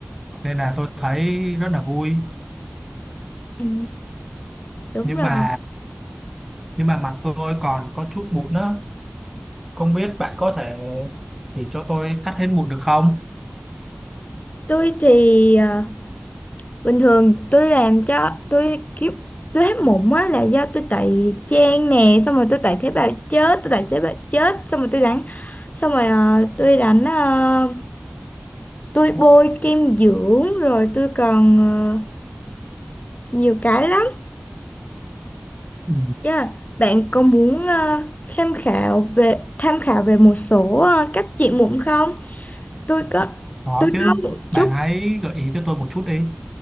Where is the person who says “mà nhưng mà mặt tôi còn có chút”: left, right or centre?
Centre